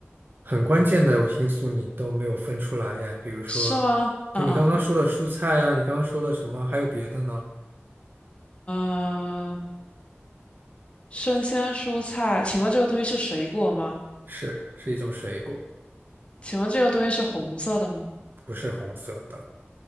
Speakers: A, on the right (about 45°); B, on the left (about 25°).
A: 很关键的因素你都没有分出来呀，比如说，
B: 是吗？
A: 对你刚刚说的蔬菜啊，
B: 嗯嗯，
A: 你刚刚说了什么？还有别的呢？
B: 嗯，生鲜蔬菜，请问这个东西是水果吗？
A: 是是一种水果，
B: 请问这个东西是红色的吗？
A: 不是红色的，